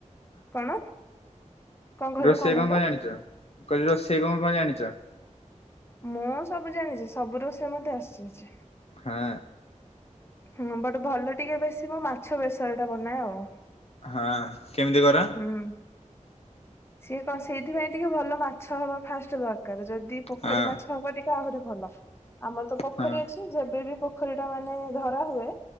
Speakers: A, on the left; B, on the left.
A: କଣ? କଣ କହିଲୁ
B: ରୋଷେଇ
A: କହିଲୁ?
B: କଣ କଣ ଜାଣିଛ କହିଲି ରୋଷେଇ କଣ କଣ ଜାଣିଛ?
A: ମୁଁ ସବୁ ଜାଣିଛି ସବୁ ରୋଷେଇ ମତେ ଆସିଛି
B: ହଁ
A: ହୁଁ ବଟ ଭଲ ଟିକେ ବେଶି ମୁଁ ମାଛ ବେସର ଟା ବନାଏ ଆଉ
B: ହଁ କେମିତି କର?
A: ହୁଁ ସିଏ କଣ ସେଇଥିପାଇଁ ଟିକେ ଭଲ ମାଛ ହବା ଫାଷ୍ଟ ଦରକାର ଯଦି ପୋଖରୀ
B: ହଁ
A: ମାଛ ହବ ଟିକେ ଆହୁରି ଭଲ ଆମର ତ ପୋଖରୀ
B: ହଁ
A: ଅଛି ଯେବେ ବି ପୋଖରୀ ଟା ମାନେ ଧରା ହୁଏ